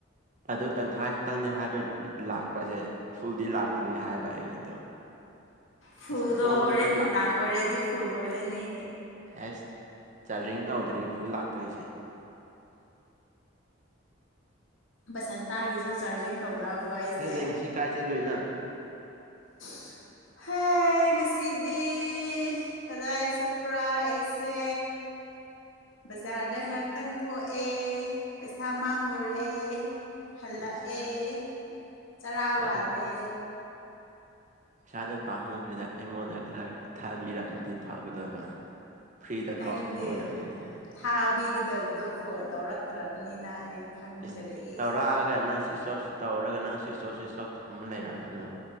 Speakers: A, on the right (about 40°); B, on the left (about 70°).
A: ꯑꯗꯨ ꯇꯪꯈꯥꯏꯇꯪꯅꯦ ꯍꯥꯏꯕ ꯂꯥꯛꯄꯁꯦ ꯐꯨꯜꯗꯤ ꯂꯥꯛꯇ꯭ꯔꯔꯤ ꯍꯥꯏꯕ ꯑꯩꯒꯤꯗꯣ
B: ꯐꯨꯜꯗꯣ
A: ꯑꯁ ꯑꯁꯣꯝꯁꯨ
B: ꯍꯣꯔꯦꯟ
A: ꯐꯖꯅ
B: ꯅꯨꯡꯗꯥꯡ
A: ꯂꯥꯛ
B: ꯑꯣꯏꯔꯗꯤ ꯐꯨꯜ ꯑꯣꯏꯔꯅꯤ
A: ꯑꯦꯁ ꯆꯥꯔꯖꯤꯡ ꯇꯧꯗ꯭ꯔꯤ ꯐꯨꯜ ꯂꯥꯛꯇꯣꯏꯁꯦ
B: ꯕꯁꯟꯇꯥꯒꯤꯁꯨ ꯆꯥꯔꯖꯤꯡ ꯇꯧꯅꯕ꯭ꯔꯣ ꯍꯥꯏꯁꯦ
A: ꯈꯪꯗꯦ ꯉꯁꯤ ꯀꯥꯏ ꯆꯠꯂꯨꯏ ꯅꯪ
B: ꯍꯦ ꯍꯦ ꯉꯁꯤꯗꯤ ꯀꯗꯥꯏ ꯆꯠꯄ꯭ꯔꯥ ꯑꯩꯁꯦ ꯕꯖꯥꯔꯗ ꯉꯥꯛꯇꯪ ꯊꯣꯛꯑꯦ ꯄꯩꯁꯥ ꯃꯥꯡꯉꯨꯔꯦ ꯍꯜ ꯂꯛ
A: ꯏꯁ
B: ꯑꯦ ꯆꯔꯥ
A: ꯏꯁꯥꯗ
B: ꯋꯂꯦ
A: ꯄꯩꯁꯥꯗꯣ ꯄꯥꯝꯃꯨꯈ꯭ꯔꯦꯗ ꯑꯩꯉꯣꯟꯗ ꯈꯔ ꯊ ꯊꯥꯕꯤꯔꯝꯃꯗꯤ ꯐꯒꯗꯕ ꯐ꯭ꯔꯤꯗ
B: ꯅꯪꯗꯤ
A: ꯀꯥꯎꯁꯟꯕ ꯑꯣꯏꯔꯝꯒꯅꯤꯅꯦ
B: ꯊꯥꯕꯤꯒꯗꯕꯗꯣ ꯐꯣꯟ ꯇꯧꯔꯛꯇ꯭ꯔꯕꯅꯤꯅ ꯑꯩ ꯈꯪꯗ꯭ꯔꯦ
A: ꯏꯁ ꯇꯧꯔꯛꯑꯒ ꯅꯪ ꯁ꯭ꯋꯤꯁ ꯑꯣꯞ ꯇꯧꯔꯒ ꯅꯪ ꯁ꯭ꯋꯤꯁ ꯑꯣꯐ ꯁ꯭ꯋꯤꯁ ꯑꯣꯐ ꯊꯃ ꯂꯩꯔꯝꯕꯗꯨꯣ